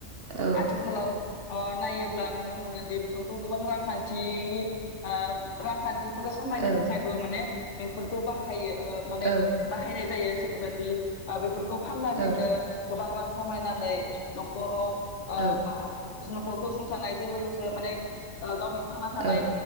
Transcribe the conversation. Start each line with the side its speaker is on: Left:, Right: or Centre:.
Right: औ
Left: आथिखालाव ओ ब्ला नुनो मोनो दि बेफोरखौ गोबां रांखान्थिनि ओ रांखान्थि फोर खामायनो
Right: औ
Left: थाखायबो माने बेफोरखौ बाहायो ओ माने
Right: औ
Left: बाहायनाय जायो जेरबायाददि बेफोरखौ फाननानैनो
Right: औ
Left: गोबां रां खामायनानानै न'खराव ओ
Right: औ
Left: बा न'खर गसंथानायजों लोगोसे माने गावनि थांना थानाय
Right: औ